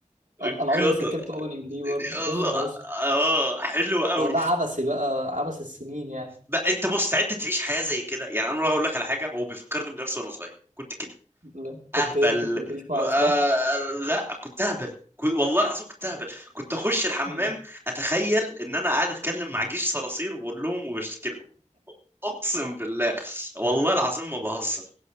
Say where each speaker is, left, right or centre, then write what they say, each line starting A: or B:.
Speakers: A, on the right; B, on the right.
A: كتر
B: انا عمري ما سكبت اوبننج دي برضه
A: يلا.
B: جامد فشخ
A: اه حلو قوي
B: اهو ده عبثي بقى عبث السنين يعني
A: بقى انت مستعد تعيش حياة زي كده يعني انا هقول لك على حاجة هو بيفكرني بنفسي وانا صغير كنت كده
B: لا، كنت
A: اهبل
B: إيه، كنت بتعيش مع اشباح
A: آه لا كنت اهبل كنت والله العظيم كنت اهبل كنت اخش الحمام
B: مم.
A: اتخيل ان انا قاعد اتكلم مع جيش صراصير واقول لهم وبشتكي لهم اقسم بالله والله العظيم ما بهزر